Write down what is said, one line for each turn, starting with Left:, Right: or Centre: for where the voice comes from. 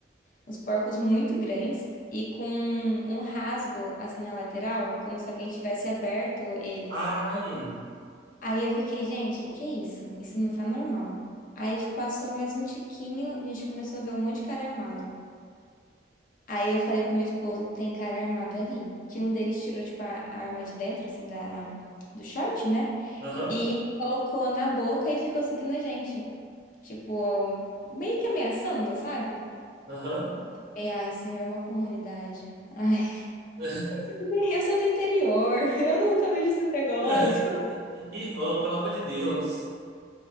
Left: Uns porcos muito grandes e com um rasgo assim na lateral, como se alguém tivesse aberto eles.
Right: Ai.
Left: Aí eu fiquei, gente, o que que é isso? Isso não tá normal. Aí passou mais um tiquinho, a gente começou a ver um monte de cara armado. Aí eu falei pro meu esposo, tem cara armado ali. Que um deles tirou, tipo, a, a arma de dentro, assim, da, do short, né?
Right: Aham.
Left: E colocou na boca e ficou seguindo a gente. Tipo, ao- meio que ameaçando, sabe?
Right: Aham.
Left: E, ai, senhor, é uma comunidade. Ai,
Right: <laughs>
Left: <laughs> eu sou do interior, <laughs> eu nunca vejo esse negócio.
Right: <laughs> Irmão, pelo amor de Deus.